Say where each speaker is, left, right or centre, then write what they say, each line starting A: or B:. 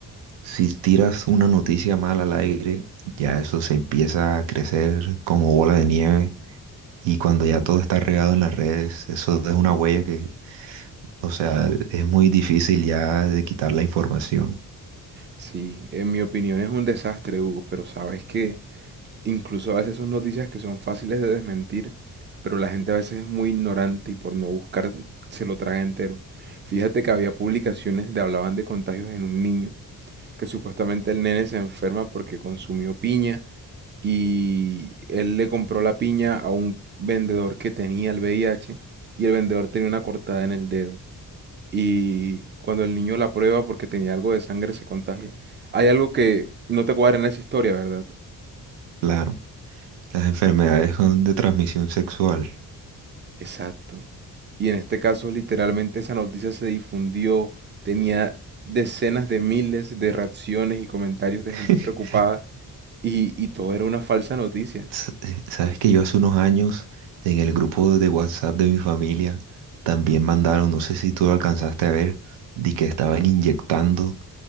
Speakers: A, on the right; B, on the right.
A: si tiras una noticia mala al aire, ya eso se empieza a crecer como bola de nieve Y cuando ya todo está regado en las redes, eso es una huella que, o sea, es muy difícil ya de quitar la información.
B: Sí, en mi opinión es un desastre, Hugo, pero sabes que Incluso a veces son noticias que son fáciles de desmentir, pero la gente a veces es muy ignorante y por no buscar se lo traga entero. Fíjate que había publicaciones de hablaban de contagios en un niño, que supuestamente el nene se enferma porque consumió piña y él le compró la piña a un vendedor que tenía el VIH y el vendedor tenía una cortada en el dedo. Y cuando el niño la prueba porque tenía algo de sangre se contagia. Hay algo que no te cuadra en esa historia, ¿verdad?
A: Claro, las enfermedades son de transmisión sexual.
B: Exacto. Y en este caso, literalmente esa noticia se difundió, tenía decenas de miles de reacciones y comentarios de
A: <laughs>
B: gente preocupada y, y todo era una falsa noticia.
A: S- eh, Sabes que yo hace unos años en el grupo de WhatsApp de mi familia también mandaron, no sé si tú lo alcanzaste a ver, de que estaban inyectando